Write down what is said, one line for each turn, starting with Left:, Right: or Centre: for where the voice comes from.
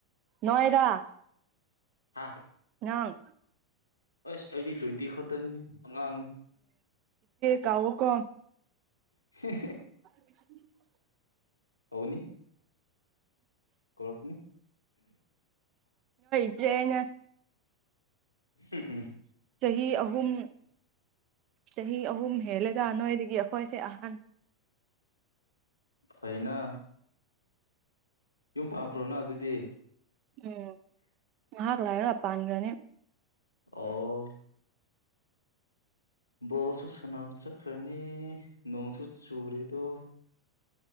Right: ꯅꯣꯏꯔ
Left: ꯍꯥ
Right: ꯑꯪ
Left: ꯑꯁ ꯑꯩꯗꯤ ꯇ꯭ꯋꯦꯟꯇꯤ ꯈꯛꯇꯅꯤ ꯑꯉꯥꯡꯅꯤ
Right: ꯀꯑꯣ ꯀꯣ
Left: ꯍ
Right: <inaudible>
Left: ꯍꯧꯅꯤ ꯀꯧꯔꯛꯁꯅꯤ
Right: ꯂꯩꯩꯅ
Left: ꯍꯝ
Right: ꯆꯍꯤ ꯑꯍꯨꯝ ꯆꯍꯤ ꯑꯍꯨꯝ ꯍꯦꯜꯂꯦꯗ ꯅꯣꯏꯗꯒꯤ ꯑꯩꯈꯣꯏꯁꯦ ꯑꯍꯟ
Left: ꯐꯩꯅ ꯌꯨꯝ ꯄꯥꯈ꯭ꯔꯣꯅ ꯑꯗꯨꯗꯤ
Right: ꯎꯝ ꯉꯥꯏꯍꯥꯛ ꯂꯥꯛꯔ ꯄꯥꯟꯈ꯭ꯔꯅꯤ
Left: ꯑꯣ ꯕꯣꯜꯁꯨ ꯁꯅꯥꯕ ꯆꯈ꯭ꯔꯥꯅꯤ ꯅꯣꯡꯁꯨ ꯆꯔꯤꯗꯣ